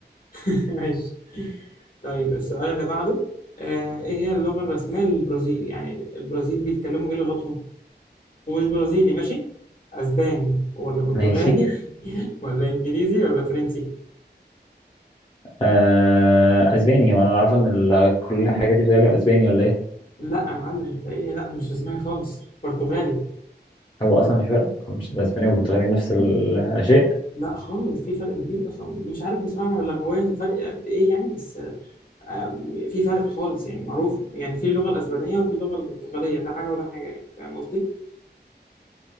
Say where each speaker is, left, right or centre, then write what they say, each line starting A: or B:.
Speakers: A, on the left; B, on the left.
A: <laughs> ماشي طيب السؤال اللي بعده آه إيه هي اللغة الرسمية للبرازيل؟ يعني البرازيل بيتكلموا إيه لغتهم؟ ومش برازيلي ماشي؟ أسباني ولا برتغالي
B: ماشي
A: <laughs> ولا إنجليزي ولا فرنسي؟
B: آه اسباني وانا عارف ان ال- كل الحاجات دي بتتكلم اسباني ولا ايه
A: لا يا معلم أنت إيه لا مش أسباني خالص برتغالي
B: هو اصلا في فرق هو مش الاسباني والبرتغالي نفس الشيء
A: لا خالص في فرق كبير اصلا مش عارف بصراحه لغويا الفرق قد ايه يعني بس آم، في فرق خالص يعني معروف يعني في اللغه الاسبانيه وفي اللغه البرتغاليه ده حاجه وده حاجه يعني فاهم قصدي؟